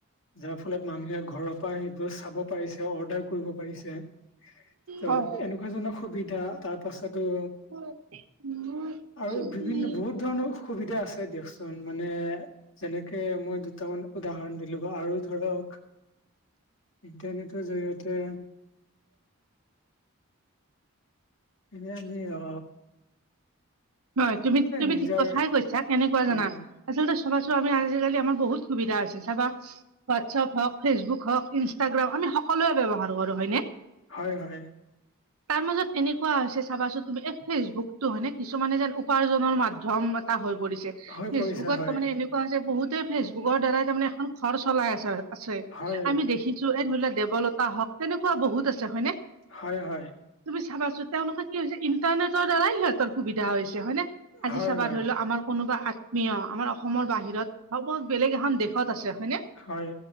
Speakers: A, on the left (about 60°); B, on the right (about 75°).
A: যাৰ ফলত মানুহে ঘৰৰ পৰা সেইবোৰ চাব পাৰিছে, অৰ্ডাৰ কৰিব পাৰিছে। ত'
B: হয়
A: এনেকুৱা ধৰণৰ সুবিধা তাৰ পাছতো
B: ম <inaudible>
A: আৰু <unintelligible> সুবিধা আছে দিয়কচোন মানে যেনে কে মই দুটামান উদাহৰণ দিলো বা আৰু ধৰক ইণ্টাৰনেটৰ জৰিয়তে এনে আমি অ
B: নহয়, তুমি তুমি
A: নিজৰ
B: ঠিক কথাই কৈছা কেনেকুৱা
A: হয়
B: জানা? আচলতে চাবাচো আমি আজিকালি আমাৰ বহুত সুবিধা আছে চাবা হোৱাটছএপ হওক, ফেচবুক হওঁক, ইনষ্টাগ্ৰাম আমি সকলোৱে ব্যৱহাৰ কৰোঁ হয়নে?
A: হয় হয়।
B: তাৰ মাজত এনেকুৱা হৈছে চাবাচোন তুমি এই ফেচবুকটো হয় নে। ছুমানে যেন উপাৰ্জনৰ মাধ্যম এটা হৈ পৰিছে ফেচবুকত
A: হৈ পৰিছে হয়
B: তাৰমানে এনে। কোৱা হৈছে বহুতে ফেচবুকৰ দ্বাৰাই তাৰমানে এখন ঘৰ চলাই আছে আছে
A: হয়
B: আমি দেখি। ছো এই ধৰি ল দেৱলতা হওক তেনেকুৱা বহুত আছে হয়নে।
A: হয় হয়।
B: তুমি চাবাচোন তেওঁলোকে কি হৈছে ইণ্টাৰনেটৰ দ্বাৰাই সিহঁতৰ সুবিধা হৈছে হয়নে। আাজি
A: হয়
B: চাবা
A: হয়
B: ধৰি লও আমাৰ কোনোবা আত্মীয় আমাৰ অসমৰ বাহিৰত বা কোনো বেলেগ এখন দে। শত আছে হয়নে
A: হয়